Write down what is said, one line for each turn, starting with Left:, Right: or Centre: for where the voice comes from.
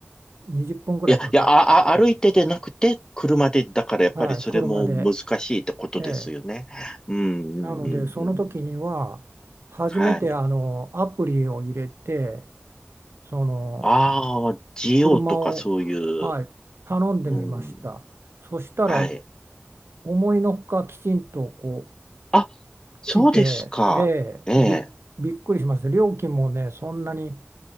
Right: 20分ぐらいかか、
Left: いや、いや、あ、
Right: かかる
Left: あ、歩いてでなくて、車で、だからやっぱりそれも難しいってことですよね。
Right: はい、車で、ええ、
Left: うん、うん、
Right: なのでその時には初めてあのアプリを入れて
Left: うん、うん。はい。
Right: その
Left: ああ、GO
Right: 車を、
Left: とかそういう、
Right: はい、頼んでみました。
Left: うん、
Right: そしたら
Left: はい。
Right: 思いのほかきちんとこう
Left: あ、そうですか。
Right: 来て、ええ、
Left: ええ、
Right: び、びっくりしました。料金もねそんなに